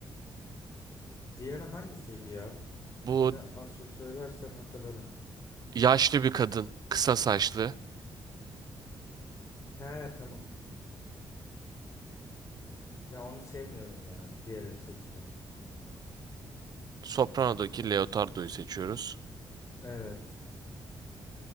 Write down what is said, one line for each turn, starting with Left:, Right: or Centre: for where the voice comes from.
Left: bu Diana hangisiydi ya? Tipini
Right: Bu
Left: az çok söylersen hatırlarım.
Right: yaşlı bir kadın, kısa saçlı.
Left: He tamam. Ya onu sevmiyorum ya. Diğerini seçeceğim.
Right: Soprano'daki Leotardo'yu seçiyoruz.
Left: Evet.